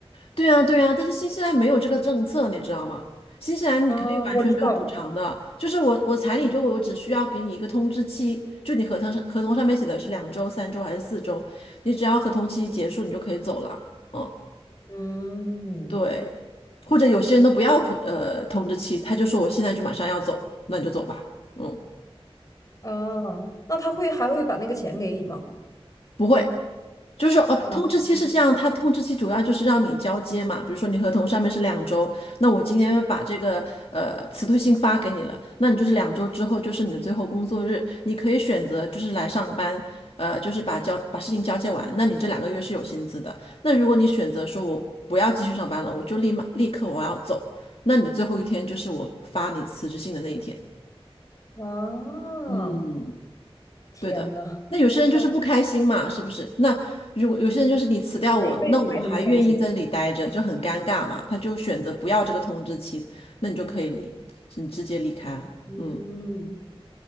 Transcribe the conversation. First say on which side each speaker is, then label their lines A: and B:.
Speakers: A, on the left; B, on the left.
A: 对啊，对啊，但是新西兰没有这个政策，你知道吗？新西兰你可以完全没有补偿的，
B: <laughs> 啊，我知道。
A: 就是我我彩礼就我只需要给你一个通知期，就你合同上合同上面写的是两周、三周还是四周，你只要合同期结束你就可以走了。嗯，
B: 嗯，
A: 对，或者有些人都不要呃通知期，他就说我现在就马上要走，那你就走吧。嗯，
B: 啊，那他会还会把那个钱给你吗？
A: 不会。就是哦，
B: 嗯，
A: 通知期是这样，它通知期主要就是让你交接嘛。比如说你合同上面是两周，那我今天把这个呃辞退信发给你了，那你就是两周之后就是你的最后工作日，你可以选择就是来上班，呃，就是把交把事情交接完，那你这两个月是有薪资的。那如果你选择说我不要继续上班了，我就立马立刻我要走，那你的最后一天就是我发你辞职信的那一天。
B: 啊，
A: 嗯，
B: 天呐，
A: 对的。那有些人就是不开心嘛，
B: 那
A: 是不是？那如果有些人就是你辞掉我，
B: 得一辈子还能开心。
A: 那我还愿意在这里待着，就很尴尬嘛。他就选择不要这个通知期，那你就可以离，你直接离开啊。
B: 嗯，
A: 嗯，